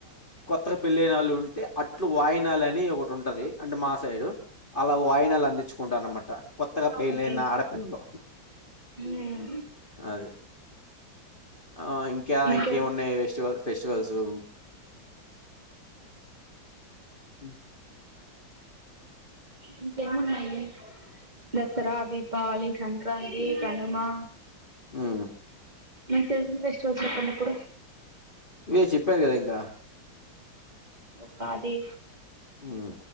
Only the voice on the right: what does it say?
ఓకే
ఉమ్
ఇంకేం
ఇంకేమున్నాయి దసరా దీపావళి సంక్రాంతి కనుమా
మీకు తెలిసిన ఫెస్టివల్స్ చెప్పండి ఇప్పుడు
ఒకా అది